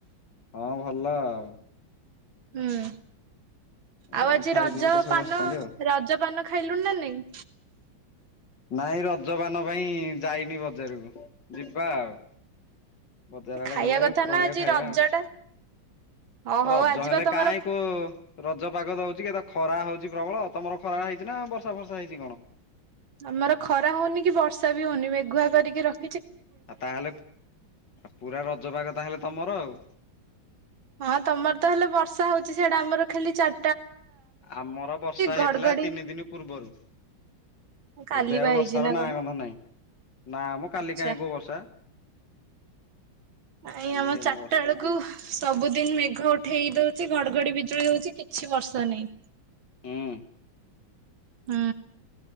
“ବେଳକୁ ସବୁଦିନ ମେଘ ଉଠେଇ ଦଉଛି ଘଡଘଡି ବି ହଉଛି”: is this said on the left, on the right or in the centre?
Right